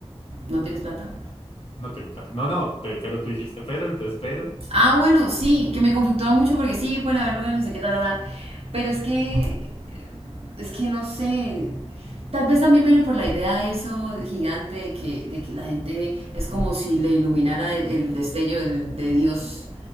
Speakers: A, on the right; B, on the left.
A: ¿no tienes plata?
B: no tengo plata. No, no, pe- pero tú dijiste pero, entonces pero.
A: Ah, bueno, sí, que me conflictúa mucho porque sí, pueden haber lugares, no sé qué, tal, tal, Pero es que, es que no sé, tal vez también viene por la idea de eso gigante de que, de que la gente es como si le iluminara el, el destello del- de Dios